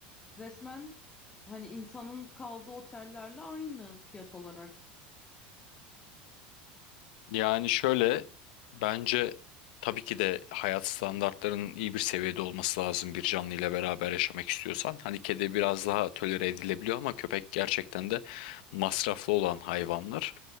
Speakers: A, on the left (about 15°); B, on the left (about 75°).
A: resmen hani insanın kaldığı otellerle aynı fiyat olarak.
B: Yani şöyle bence tabii ki de hayat standartlarının iyi bir seviyede olması lazım bir canlı ile beraber yaşamak istiyorsan. Hani kedi biraz daha tolere edilebiliyor ama köpek gerçekten de masraflı olan hayvanlar.